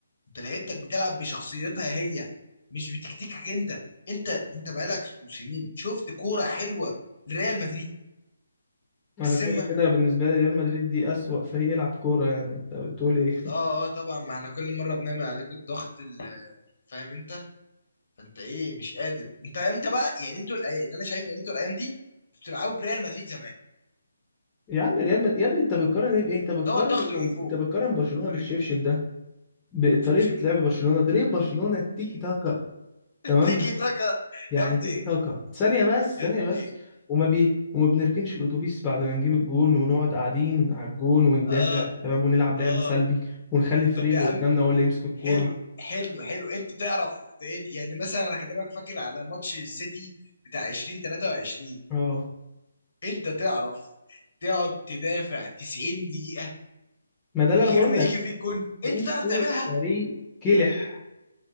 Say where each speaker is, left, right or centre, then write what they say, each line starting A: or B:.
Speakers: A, on the left (about 60°); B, on the left (about 20°).
A: انت لعيبتك بتلعب بشخصيتها هي مش بتكتيكك انت انت انت بقالك موسمين شفت كوره حلوه لريال مدريد
B: انا
A: بالذمه
B: كده كده بالنسبه لي ريال مدريد دي اسوأ فريق يلعب كوره يعني انت بتقول ايه
A: اه اه طبعا ما احنا كل مره بنعمل عليكم الضغط ال- فاهم انت فانت ايه مش قادر انت انت بقى يعني انتوا الأي... اللي انا شايفه ان انتوا الايام دي انتوا بتلعبوا بريال مدريد زمان
B: يا عم ريال مد... يا ابني انت بتقارن ايه بايه انت بتقارن
A: لو الضغط من فوق
B: انت بتقارن برشلونه
A: فاكرين
B: بالشبشب
A: ايه بايه
B: ده بطريقه
A: شب شب
B: لعب برشلونه طريقه برشلونه التيكي تاكا
A: <laughs>
B: تمام
A: تيكي تاكا
B: يعني
A: يا ابني
B: تيكي تاكا ثانية بس
A: يا
B: ثانية
A: ابني
B: بس وما بي وما بنركنش الأتوبيس بعد ما نجيب الجون ونقعد قاعدين على الجون وندافع
A: اه
B: تمام ونلعب
A: اه
B: لعب سلبي ونخلي الفريق
A: طب يا
B: اللي
A: عم
B: قدامنا هو اللي يمسك الكورة
A: حلو حلو حلو انت تعرف تعيد- يعني مثلا انا هكلمك فاكر على ماتش السيتي بتاع 2023
B: اه
A: انت تعرف تقعد تدافع 90 دقيقة
B: ما ده اللي
A: من غير
B: أنا بقول
A: ما
B: لك
A: يجي فيك جون
B: أنتوا
A: انت تعرف تعملها
B: فريق كلح